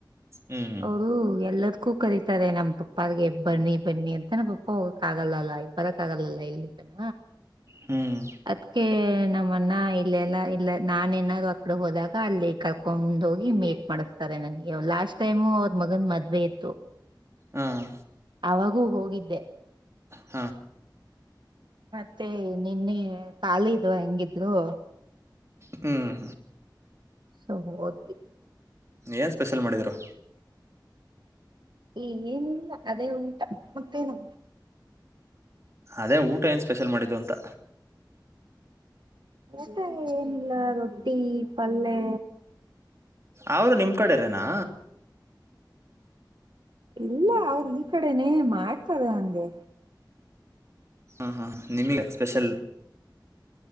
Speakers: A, on the right (about 40°); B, on the right (about 75°).
A: ಹ್ಮ್
B: ಹೌದು ಎಲ್ಲದ ಕ್ಕೂ ಕರೀತಾರೆ ನಮ್ಮ ಪಪ್ಪಾರಿಗೆ ಬನ್ನಿ ಬನ್ನಿ ಅಂತ ನಮ್ಮ ಪಪ್ಪ ಹೋಗಕ್ಕ್ಕಗಲ್ಲ ಅಲ್ಲ ಬರಕ್ ಆಗಲ್ಲಲ್ಲ ಇಲ್ಲಿ ತನ
A: ಹ್ಮ್
B: ಅದಕ್ಕೆ ನಮ್ಮಣ್ಣ ಇಲ್ಲೆಲ್ಲಾ ಇಲ್ಲ ನಾನ ಏನಾದ್ರು ಆ ಕಡೆ ಹೋದಾಗ ಅಲ್ಲಿ ಕರ್ಕೊಂಡ್ ಹೋಗಿ ಮೀಟ್ ಮಾಡಿಸತಾರೆ ನನ್ಗೆ ಲಾಸ್ಟ್ ಟೈಮು ಅವ್ರ ಮಗನ್ ಮದ್ವೆ ಇತ್ತು
A: ಹ್ಮ್
B: ಅವಾಗು ಹೋಗಿದ್ದೆ
A: ಹ
B: ಮತ್ತೆ ನಿನ್ನೆ ಖಾಲಿ ಇದ್ವಾ ಹೆಂಗಿ ದ್ರು
A: ಹ್ಮ್
B: ಸೋ ಹೋದ್ವಿ
A: ಏನು ಸ್ಪೆಷಲ್ ಮಾಡಿದರು
B: ಏನಿಲ್ಲ ಅದೇ ಊಟ ಮತ್ತೇನು
A: ಅದೇ ಊಟ ಏನ್ ಸ್ಪೆಷಲ್ ಮಾಡಿದ್ದು ಅಂತ
B: ಊಟ ಏನಿಲ್ಲ ರೊಟ್ಟಿ ಪಲ್ಲೆ
A: ಅವರು ನಿಮ್ಮ ಕಡೆರೇನಾ
B: ಇಲ್ಲ ಅವ್ರ ಈ ಕಡೆನೆೇ ಮಾಡ್ತಾರೆ ಹಂಗೆ
A: ಹಾ ಹಾ ನಿಮಗೆ ಸ್ಪೆಷಲ್